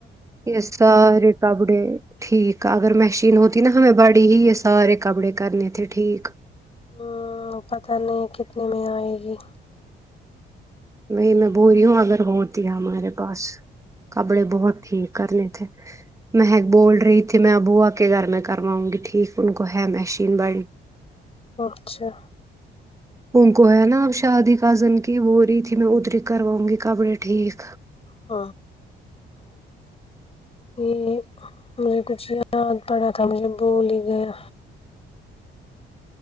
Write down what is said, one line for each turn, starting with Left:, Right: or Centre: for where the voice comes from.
Right: یہ سارے کپڑے ٹھیک اگر م ش ین ہوتی نا ہمیں بڑی ہی یہ سارے کپڑے کرنے تھے ٹھیک
Left: ہوں پتا نہیں کتنے میں آئے گی
Right: وہی میں بو رہی ہوں اگر ہوتی ہے ہمارے پاس کبڑے بہت ٹھیک کرنے مہک بول رہی تھی میں ابو آ کے گھر میں کرواؤں گی ٹھیک ان کو ہے مشین بڑی
Left: اچھا
Right: ہ کو ہے نا آپ شادی کزن کی بو رہی تھی میں اتری کرواؤں گی کپڑے ٹھیک
Left: ہ یہ مجھے کچھ یاد پڑا تھا مجھے بول ہی گیا